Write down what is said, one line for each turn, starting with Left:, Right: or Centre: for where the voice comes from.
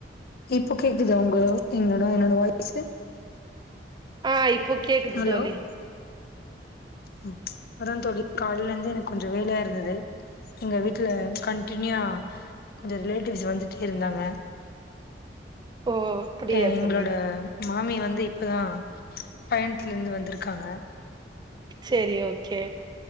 Left: இப்போ கேக்குதா உங்களுக்கு என்னோட என்னோட வாய்ஸு
Right: ஆஹ் இப்போ கேக்குது
Left: ஹலோ
Right: தோழி
Left: ம் இப்போப்பதான் தோழி காலையில இருந்து எனக்கு கொஞ்சம் வேலையா இருந்தது எங்க வீட்டுல கண்டனியூா கொஞ்சம் ரிலேட்டிவ்ஸ் வந்துட்டே இருந்தாங்க
Right: ஓ அப்படியா
Left: எ எங்களோட
Right: தோழி
Left: மாமி வந்து இப்பதா பயணத்துல இருந்து வந்திருக்காங்க
Right: சேரி ஓகே